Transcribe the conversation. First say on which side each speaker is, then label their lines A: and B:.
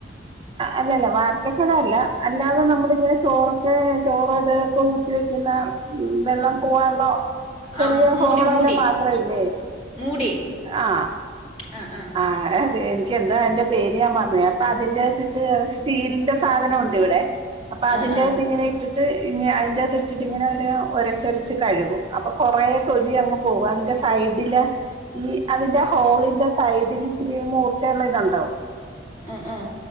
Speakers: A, on the right; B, on the left.
A: അല്ലല്ല വാർക്ക കലമല്ല അല്ലാതെ നമ്മൾ ഇങ്ങനെ ചോറൊക്കെ ചോറ് അതൊക്കെ ഊറ്റി വയ്ക്കില്ലേ വെള്ളം പോകാനുള്ള ചെറിയ
B: ആ മൂടി
A: ഹോൾ
B: മൂടി
A: ഉള്ള പാത്രം ഇല്ലേ
B: മൂടി
A: ആ
B: ആഹ് ആഹ്
A: ആ എനിക്ക് എന്ത അയ്ന്റെ പേര്ഞാമറന്നോയ് പ്പ അതിന്റെ സ്റ്റീലിന്റെ സാധനമുണ്ട് ഇവിടെ അപ്പൊ അതിന്റെകത്ത്
B: ആഹ് ആഹ്
A: ഇങ്ങനെ ഇട്ടിട്ട് അതിന്റക് ഇട്ടിട്ട് ഇങ്ങനെ ഒരച്ചൊരച്ചു കഴുകും കുറെ തൊലി അങ്ങ് പോകും അപ്പോൾ അതിന്റെ സൈഡിലെ ഈ അതിന്റെ ഹോളിന്റെ സൈഡിൽ ഇച്ചിരി മൂർച്ചയുള്ള ഇതുണ്ടാവും
B: ആ ആഹ